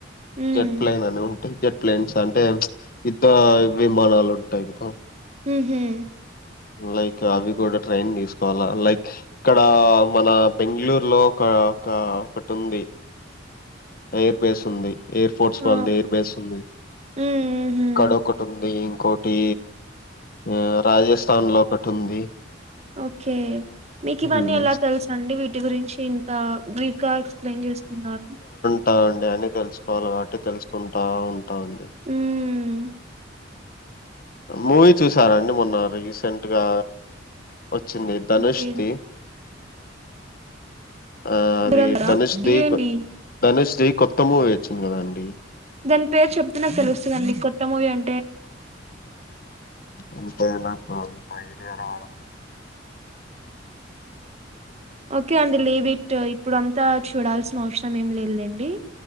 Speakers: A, on the right (about 35°); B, on the left (about 50°).
A: హ్మ్.
B: జెట్ ప్లైన్ అని ఉంటే జెట్ ప్లేన్స్ అంటే యుద్ధ విమానాలు ఉంటాయి హ్
A: హు హ్మ్
B: లైక్ అవి కూడ ట్రైన్ తీసుకోవాలా లైక్ ఇక్కడ మన బెంగళూరు లో ఒక ఒక ఒకటి ఉంది ఎయిర్ బేస్ ఉంది, ఎయిర్ ఫోర్ట్స్
A: ఆ!
B: వాళ్ళది ఎయిర్ బేస్ ఉంది
A: హ్మ్. హుహు.
B: ఇక్కడ ఒక. టుంది ఇంకోటి ఆ రాజస్ తన్ లో ఒకటి ఉంది
A: ఓకే మీకు ఇవన్నీ
B: హ్మ్
A: ఎలా తెలుసు అండి వీటి గురించి ఇంత బ్రీఫ్ గా ఎక్స్ప్లెయిన్ చేస్తున్నారు
B: హ అండి అన్ని తెలుసుకోవాలి కాబట్టి తెలుసుకుంటా ఉ టాండి
A: హ్మ్.
B: మూవీ చూసారండి మొన్న రీసెంట్గా వచ్చింది ధనుష్
A: ఓకే.
B: ది ఆ అది
A: 'దురంధరా'?
B: ధనుష్ ది
A: ఇయ్యేండి?
B: ధనుష్ ది కొత్త మూవీ వచ్చింది కదా అండి
A: దాని పేరు చెప్తే నాకు తెలుస్తదండి. కొత్త మూవీ అం
B: ఉంటే నాకు <unintelligible>
A: ఓకే అండి లేవిట్ ఇప్పుడు అంతా చూడాల్సిన అవసరం ఏం లేదు లెండి